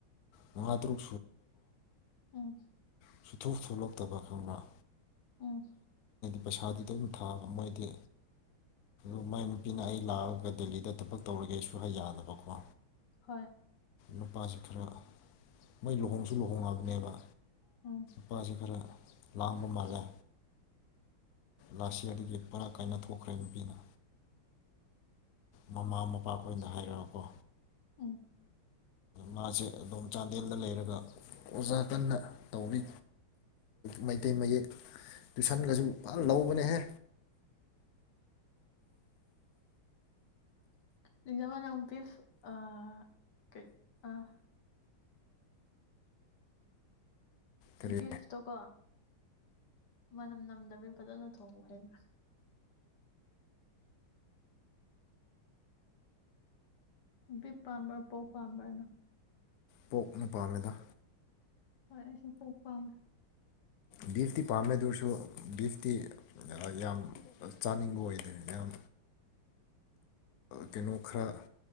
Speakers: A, on the left; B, on the left.
A: ꯃꯉꯥ ꯇꯔꯨꯛ
B: ꯎꯝ
A: ꯁꯨꯡꯊꯣꯛ ꯊꯣꯛꯂꯛꯇꯕ ꯈꯪꯕꯔ
B: ꯎꯝ
A: ꯄꯩꯁꯥꯗꯨꯗ ꯑꯗꯨꯝ ꯊꯥꯕ ꯃꯣꯏꯗꯤ ꯑ ꯃꯥꯏ ꯅꯨꯄꯤꯅ ꯑꯩ ꯂꯥꯛꯑꯒ ꯗꯦꯜꯂꯤꯗ ꯊꯕꯛ ꯇꯧꯔꯒꯦ ꯁꯨꯍ ꯌꯥꯗꯅꯕꯀꯣ
B: ꯍꯣꯏ
A: ꯅꯨꯄꯥꯁꯤ ꯈꯔ ꯃꯩ ꯂꯨꯍꯣꯡꯁꯨ ꯂꯨꯍꯣꯡꯉꯕꯅꯦꯕ
B: ꯎꯝ
A: ꯄꯥꯖ ꯈꯔ ꯂꯥꯡꯕ ꯃꯥꯜꯂꯦ ꯂꯥꯁꯤꯂꯤꯒꯤ ꯄꯨꯔꯥ ꯀꯥꯏꯅ ꯊꯣꯛꯈ꯭ꯔꯦ ꯅꯨꯄꯤꯅ ꯃꯃꯥ ꯃꯄꯥ ꯈꯨꯗ ꯍꯥꯏꯔꯛꯑꯣꯀꯣ
B: ꯎ
A: ꯃꯥꯁꯦ ꯑꯗꯣꯝ ꯆꯥꯟꯗꯦꯜꯗ ꯂꯩꯔꯒ ꯑꯣꯖꯥ ꯀꯟꯅ ꯇꯧꯔꯤ ꯃꯩꯇꯩ ꯃꯌꯦꯛ ꯇꯨꯏꯁꯟꯒꯁꯨ ꯐꯟ ꯂꯧꯕꯅꯦꯍꯦ
B: <unintelligible>
A: ꯀꯔꯤ
B: ꯕꯤꯐꯇꯣꯀꯣ ꯃꯅꯝ ꯅꯝꯗꯕꯤ ꯐꯖꯅ ꯊꯣꯡꯉꯨ ꯍꯩꯕ꯭ꯔꯥ ꯕꯤꯐ ꯄꯥꯝꯕ꯭ꯔ ꯄ‌ꯣ꯭ꯔꯛ ꯄꯥꯝꯕ꯭ꯔ ꯅꯪ
A: ꯄꯣꯛꯅ ꯄꯥꯝꯃꯦꯗ
B: ꯍꯣꯏ ꯑꯩꯁꯨ ꯄꯣꯛꯄꯝ ꯃ‌ꯦ
A: ꯕꯤꯐꯇꯤ ꯄꯥꯝꯃꯦ ꯗꯨꯏꯁꯨ ꯕꯤꯐꯇꯤ ꯌꯥꯝ ꯆꯥꯅꯤꯡꯕ ꯑꯣꯏꯗꯦ ꯌꯥꯝ ꯀꯩꯅꯣ ꯈꯔ